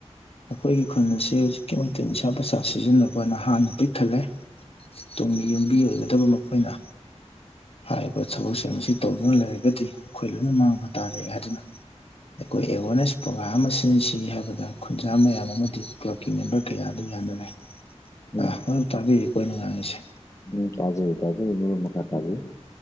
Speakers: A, on the left; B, on the left.
A: ꯑꯈꯣꯏꯒꯤ ꯈꯨꯟ ꯑꯁꯤ ꯍꯧꯖꯤꯛꯀꯤ ꯃꯇꯤꯡ ꯅꯤꯁ ꯄꯁꯥ ꯁꯤꯖꯤꯟꯅꯕ ꯅꯍꯥꯅ ꯄꯤꯛ ꯊꯜꯂꯦ ꯇꯨꯡꯒꯤ ꯌꯨꯝꯕꯤ ꯑꯣꯏꯒꯗꯕ ꯃꯈꯣꯏꯅ ꯍꯥꯏꯕ ꯊꯕꯛꯁꯤꯡ ꯑꯁꯤ ꯇꯧꯗꯨꯅ ꯂꯩꯔꯒꯗꯤ ꯑꯈꯣꯏ ꯂꯣꯏꯅ ꯃꯥꯡꯕ ꯇꯥꯔꯦ ꯍꯥꯏꯗꯨꯅ ꯑꯩꯈꯣꯏ ꯑꯦꯋꯥꯔꯅꯦꯁ ꯄ꯭ꯔꯣꯒ꯭ꯔꯥꯝ ꯑꯃ ꯁꯤꯟꯁꯤ ꯍꯥꯏꯕꯗ ꯈꯨꯟꯖꯥ ꯃꯌꯥꯝ ꯑꯃꯗꯤ ꯀ꯭ꯂꯞꯀꯤ ꯃꯦꯝꯕꯔ ꯀꯌꯥ ꯑꯗꯨ ꯌꯥꯅꯔꯦ
B: ꯎꯝ
A: ꯑꯥ ꯃꯔꯨꯞ ꯇꯥꯕꯤꯔꯤꯀꯣ ꯑꯩꯅ ꯉꯥꯡꯉꯤꯁꯦ
B: ꯎꯝ ꯇꯥꯖꯩ ꯇꯥꯖꯩ ꯃꯔꯨꯞ ꯃꯈꯥ ꯇꯥꯕꯤꯌꯨ